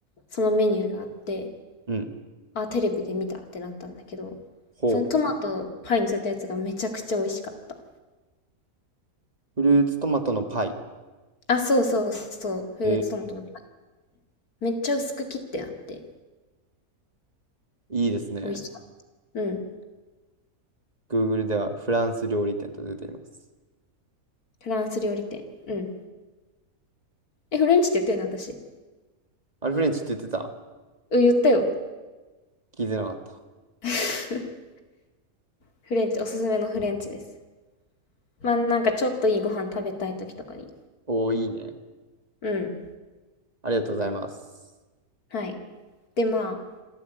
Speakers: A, on the left (about 80°); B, on the right (about 30°).
A: そのメニューがあって、
B: うん。
A: あ、テレビで見たってなったんだけど、
B: ほう。
A: そのトマトパイにのせたやつがめちゃくちゃ美味しかった。
B: フルーツトマトのパイ。
A: あ、そうそうそう、フルーツトマトのパイ。
B: えー、
A: めっちゃ薄く切ってあって、
B: いいですね。
A: 美味しかった。うん。
B: Google ではフランス料理店と出ています。
A: フランス料理店。うん。え、フレンチって言ったよね、私。
B: あれフレンチって言ってた
A: うん、言ったよ。
B: 聞いてなかった。
A: <laughs> フレンチ、おすすめのフレンチです。まあ、なんかちょっといいご飯食べたい時とかに。
B: おー、いいね。
A: うん。
B: ありがとうございます。
A: はい。で、まあ、